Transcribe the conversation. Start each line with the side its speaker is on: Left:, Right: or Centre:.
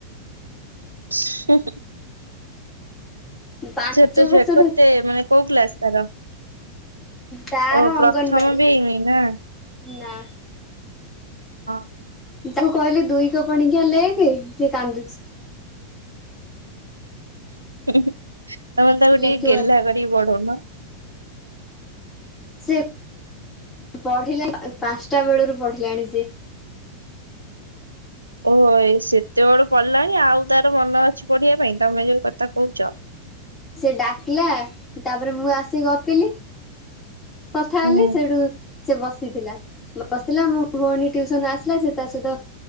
Right: <unintelligible>
Left: ପାଞ୍ଚ
Right: ତେ
Left: ବର୍ଷରୁ
Right: ମାନେ କୋଉ କ୍ଲାସ ତାର।
Left: ତାର
Right: ଓ
Left: ଅଙ୍ଗନବାଡି
Right: ପ୍ରଥମ ବି ହେଇନି ନା
Left: ନା।
Right: ହଁ
Left: ତାକୁ କହିଲି ଦୁଇକ ପଣିକିଆ ଲେଖ ସିଏ କାନ୍ଦୁଛି।
Right: ତମେ ତାକୁ
Left: ଲେଖିବନି।
Right: ଟିକେ ଗେଲ୍ହା କରିକି ବଢଉନ।
Left: ସେ ପଢିଲା ପାଞ୍ଚଟା ବେଳରୁ ପଢିଲାଣି ସେ।
Right: ଓହୋ ଏ ସେତେବେଳୁ ପଡିଲାଣି ଆଉ ତାର ମନ ଅଛି ପଢିବା ପାଇଁ ତମେ ଯୋଉ କଥା କହୁଛ।
Left: ସେ ଡାକିଲା ତାପରେ ମୁଁ ଆସିିକି ଗପିଲି। କଥା
Right: ହୁଁ
Left: ହେଲି ସେଠୁ ସେ ବସିଥିଲା ବସଥିଲା ମୋ ଭଉଣୀ ଟିଉସନ ରୁ ଆସିଲା ସେ ତା ସହିତ